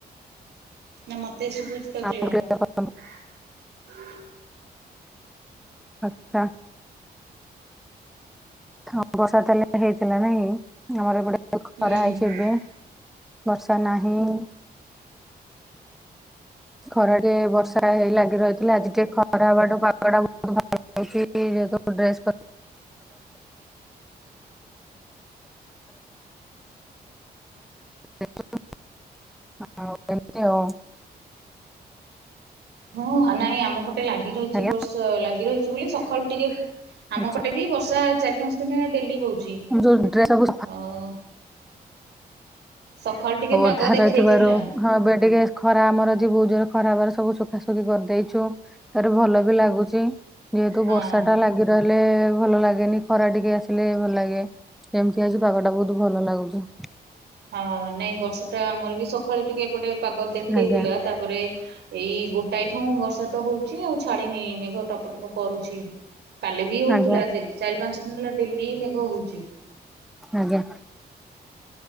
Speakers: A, on the right; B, in the centre.
A: ନା ମତେ ସୁଭୁଛିି ତ
B: ସାଉଣ୍ଡ
A: କ୍ଲିୟର।
B: କ୍ଲିୟର କରନ୍ତୁ। ଆଚ୍ଛା। ହଁ ବର୍ଷା ତାହେଲେ ହେଇଥିଲା ନାଇଁକି, ଆମର ଏପଟେ ଖରା
A: ହୁଁ
B: ହେଇଛି ଏବେ। ବର୍ଷା ନାହିଁ। ଖରାଟେ ବର୍ଷା ହେଇ ଲାଗି ରହିଥିଲା ଆଜି ଟିକେ ଖରା ହବାଠୁ ପାଗଟା ବହୁତ ଭଲ। ମୁଁ <inaudible> ଡ୍ରେସ୍ <inaudible> <inaudible> ଆଉ ଏମିତି ଆଉ।
A: ହଁ ନାଇଁ ଆମ ପଟେ ଲାଗି ରହିଛି
B: ଆଜ୍ଞା
A: ବର୍ଷା। ଲାଗି ରହିଛି ବୋଲି ସକାଳୁ ଟିକେ ଆମ
B: ଆଚ୍ଛା
A: ପଟେ ବି ବର୍ଷା ଚାରି ପାଞ୍ଚ ଦିନ ହେଲା ଡେଲି ହଉଛି।
B: ଯୋଉ ଡ୍ରେସ ସବୁ
A: ଆଉ ସକାଳୁ ଟିକେ
B: ଉଦ୍ଧାର
A: ପାଗ ଦେଖେଇଥିଲା
B: ଥିବାରୁ ହଁ ଏବେ ଟିକେ ଖରା ଆମର ଆଜି ବହୁତ ଜୋର। ଖରା ହବାରୁ ସବୁ ସୁୁଖାସୁଖି କରିଦେଇଛୁ ତାର ଭଲ ବି ଲାଗୁଛି। ଯେହେତୁ
A: ହଁ।
B: ବର୍ଷା ଟା ଲାଗି ରହିଲେ ଭଲ ଲାଗେନି। ଖରା ଟିକେ ଆସିଲେ ଭଲ ଲାଗେ। ଏମିତି ଆଜି ପାଗ ଟା ବହୁତ ଭଲ ଲାଗୁଛି।
A: ହଁ ନାଇଁ ବର୍ଷା ଟା ଆମର ବି ସକାଳେ ଟିକେ ଏପଟେ ପାଗ ଦେଖେଇଥିଲା
B: ଆଜ୍ଞା
A: ତାପରେ ଏଇ ଗୋ ଟାଏ ଠୁ ବର୍ଷା ତ ହଉଛି ଆଉ ଛାଡିିନି ମେଘ ଟପ ଟପ କରୁଛି। କାଲି ବି ହଉଥିଲା
B: ଆଜ୍ଞା
A: ଦି ଚାରି ପାଞ୍ଚ ଦିନ ହେଲା ଡେଲି ମେଘ ହଉଛି।
B: ଆଜ୍ଞା।